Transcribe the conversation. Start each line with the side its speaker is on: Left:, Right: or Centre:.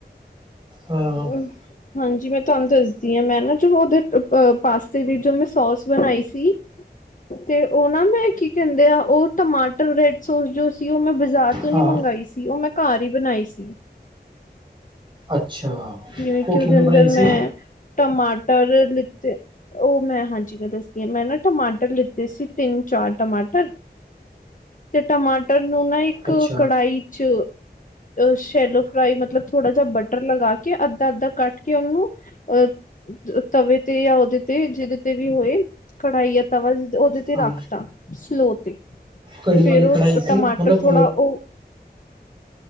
Right: ਹਾਂ
Left: ਊਂ ਹਾਂਜੀ ਮੈਂ ਤੁਹਾਨੂੰ ਦੱਸਦੀ ਆਂ ਮੈਂ ਨਾਂ ਜੋ ਉਹਦੇ ਅਹ ਪਾਸਤੇ ਦੀ ਜੋ ਮੈਂ ਸੌਸ ਬਣਾਈ ਸੀ। ਤੇ ਉਹ ਨਾ ਮੈਂ ਕੀ ਕਹਿੰਦੇ ਆ ਉਹ ਟਮਾਟਰ ਰੈਡ ਸੋਸ ਜੋ ਸੀ ਉਹ ਮੈਂ ਬਜ਼ਾਰ ਤੂੰ
Right: ਹਾਂ
Left: ਨੀ ਮੰਗਾਈ ਸੀ, ਉਹ ਮੈਂ ਘਰ ਹੀ ਬਣਾਈ ਸੀ।
Right: ਅੱਛਾ,
Left: ਜਿਵੇਂ
Right: ਉਹ
Left: ਕਿ
Right: ਕਿਨੇ
Left: ਉਹਦੇ ਅੰਦਰ
Right: ਬਣਾਈ
Left: ਮੈਂ
Right: ਸੀ?
Left: ਟਮਾਟਰ ਲਿੱਤੇ ਉਹ ਮੈਂ ਹਾਂਜੀ ਮੈਂ ਦੱਸਦੀ ਆਂ ਮੈਂ ਨਾ ਟਮਾਟਰ ਲਿੱਤੇ ਸੀ ਤਿੰਨ-ਚਾਰ ਟਮਾਟਰ। ਤੇ ਟਮਾਟਰ ਨੂ ਨਾ ਈ ਇੱਕ
Right: ਅੱਛਾ
Left: ਕੜਾਹੀ ਚ ਸ਼ੈਲੋ ਫਰਾਈ ਮਤਲਬ ਥੋੜਾ ਜਾ ਬਟਰ ਲਗਾ ਕੇ ਅੱਧਾ-ਅੱਧਾ ਕੱਟ ਕੇ ਉਹਨੂੰ ਅਹ ਤਵੇ ਤੇ ਯਾ ਉਹਦੇ ਤੇ ਜਿਹਦੇ ਤੇ ਵੀ ਹੋਏ ਕੜਾਈ ਤਵਾ ਜ ਉਹਦੇ ਤੇ
Right: ਹਾਂ
Left: ਰੱਖਤਾ ਸਲੋਅ ਤੇ
Right: ਕੜੀ
Left: ਫੇਰ
Right: ਵਾਲੀ
Left: ਉਹ
Right: ਕੜਾਈ ਸੀ
Left: ਟਮਾਟਰ
Right: ਮਤਲਬ
Left: ਥੋੜ੍ਹਾ ਉਹ